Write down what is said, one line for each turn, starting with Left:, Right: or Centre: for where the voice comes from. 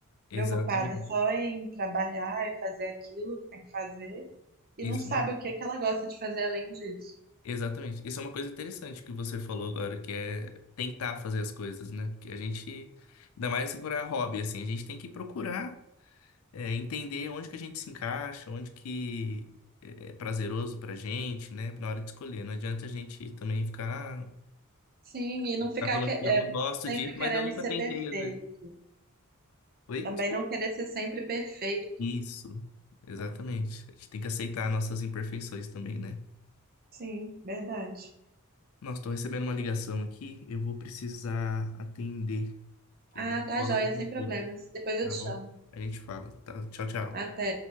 Left: Exatamente.
Right: preocupada só em trabalhar e fazer aquilo que tem que fazer, e
Left: Isso
Right: não sabe o que é que ela gosta de fazer além disso.
Left: Exatamente. Isso é uma coisa interessante que você falou agora, que é tentar fazer as coisas, né? Porque a gente, ainda mais para hobby, assim, a gente tem que procurar, é, entender onde que a gente se encaixa, onde que é é prazeroso pra gente, né? Na hora de escolher. Não adianta a gente também ficar,
Right: Sim, e não
Left: ficar
Right: ficar
Left: falando
Right: que-
Left: que
Right: é,
Left: eu não gosto
Right: sempre
Left: de,
Right: querendo
Left: mas eu nunca
Right: ser
Left: tentei,
Right: perfeito.
Left: às vezes. Oi?
Right: Também
Left: Desculpa.
Right: não querer ser sempre perfeito.
Left: Isso. Exatamente. A gente tem que aceitar nossas imperfeições também, né?
Right: Sim, verdade.
Left: Nossa, tô recebendo uma ligação aqui, eu vou precisar atender. que
Right: Ah,
Left: é da escola
Right: tá joia,
Left: do meu
Right: sem problemas.
Left: filho,
Right: Depois eu
Left: tá
Right: te
Left: bom?
Right: chamo.
Left: A gente fala, tá? Tchau, tchau.
Right: Até.